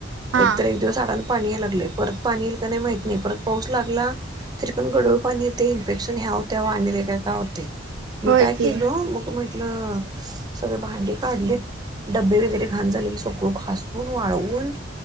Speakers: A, on the right (about 70°); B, on the right (about 20°).
A: हा
B: एक तर एक दिवस आडानं पाणी यायल लय परत पाणी इल का नाही माहित नाही परत पाऊस लागला तरी पण गढूळ पाणी येतय इन्फेक्शन ह्याव त्याव आणि लई काय काय होतंय मी
A: होय
B: काय
A: की
B: केलो मग म्हण लं सगळे भांडी काढलीत डब्बे वगैरे घाण झालेले सगळं घासून, वाळवून